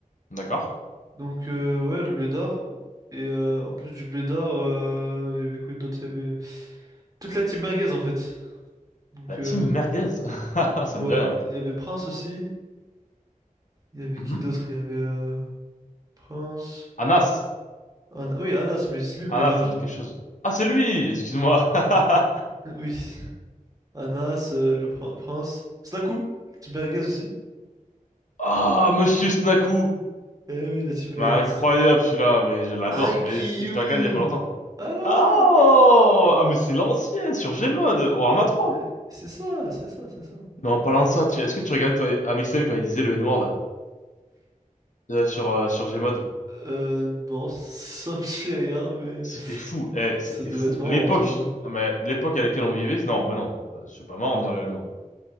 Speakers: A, on the left; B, on the right.
A: D'accord.
B: Donc, euh, ouais, le Blédard. Et euh, en plus du Blédard, euh, il y avait quoi d'autre? Il y avait toute la team merguez en fait. Donc,
A: La team
B: euh,
A: merguez. <laughs> Ça
B: ouais,
A: me dit rien.
B: il y avait Prince aussi. Il y avait
A: Mhm.
B: qui d'autre? Il y avait euh, Prince.
A: Anas.
B: Anna- Oui, Anas, mais c'est lui le
A: Anas,
B: Blédard,
A: ça
B: justement.
A: me dit quelque chose. Ah, c'est lui! Excuse-moi. <laughs>
B: <laughs> Oui. Anas, euh, le prin- prince. Snaku, Team Merguez aussi.
A: Ah, Monsieur Snaku.
B: Eh oui, la Team Merguez.
A: Mais incroyable celui-là, mais je l'adore.
B: IQ!
A: Mais je je le regarde il y a pas longtemps.
B: Ah là!
A: Oh! Ah, mais c'est l'ancien, sur Gmod, Warhammer 3.
B: Euh, C'est ça, c'est ça, c'est ça.
A: Mais en parlant de ça, tu- est-ce que tu regardais toi Amixem quand il disait le N-word euh, sur, euh, sur Gmod?
B: Euh, non, <laughs> ça me dit rien, mais
A: C'était fou, eh, c'était
B: ça devait
A: fou.
B: être marrant
A: L'époque,
B: en tout cas.
A: ah, mais l'époque à laquelle on vivait, non, ben non, euh, c'est pas marrant de dire le N-word.